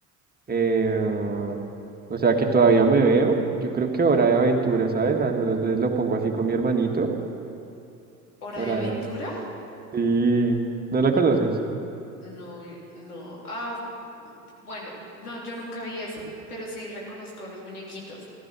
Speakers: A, on the right (about 20°); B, on the left (about 80°).
A: eh, o sea, que todavía me veo, yo creo que Hora de Aventura, ¿sabes? Algunas veces lo pongo así con mi hermanito,
B: Hora
A: Hora
B: de Aventura.
A: de Aventura. Sí, ¿no la conoces?
B: No, y- no. Ah, mm, bueno, no, yo nunca vi eso, pero sí reconozco los muñequitos,